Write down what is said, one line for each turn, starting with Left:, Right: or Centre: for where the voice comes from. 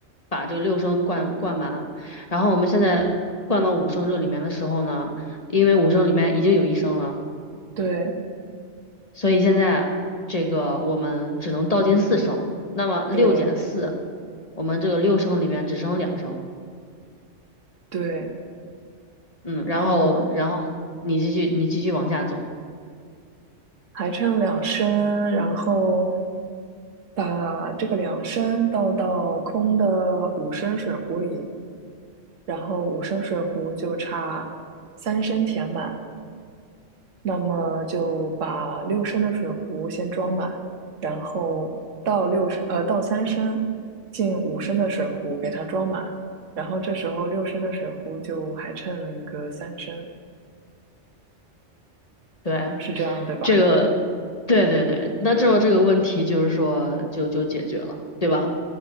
Left: 把这个六升灌灌满，然后我们现在灌到五升这里面的时候呢，因为五升里面已经有一升了，
Right: 对
Left: 所以现在这个我们只能倒进四升。那么六减四，
Right: 对
Left: 我们这个六升里面只剩两升。
Right: 对，
Left: 嗯，然后然后你继续你继续往下走，
Right: 嗯，还差两升，然后把这个两升倒到空的五升水壶里，然后五升水壶就差三升填满。那么就把六升的水壶先装满，然后倒六升，呃，倒三升进五升的水壶给它装满，然后这时候六升的水壶就还剩个三升，
Left: 对，
Right: 是这样对吧？
Left: 这个对对对，那这个这个问题就是说就就解决了，对吧？